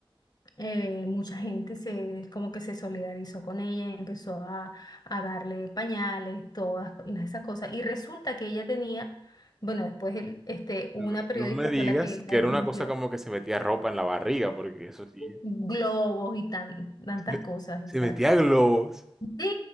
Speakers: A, on the left; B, in the centre.
A: eh, mucha gente se, como que se solidarizó con ella y empezó a, a darle pañales, todas esas cosas. Y resulta que ella tenía, bueno, después el- este, una
B: No,
A: periodista
B: no me digas
A: fue la que la
B: que
A: desmintió,
B: era una cosa como que se metía ropa en la barriga, porque eso sí.
A: globos y tan, tantas
B: Se,
A: cosas, exacto.
B: se metía globos.
A: Sí,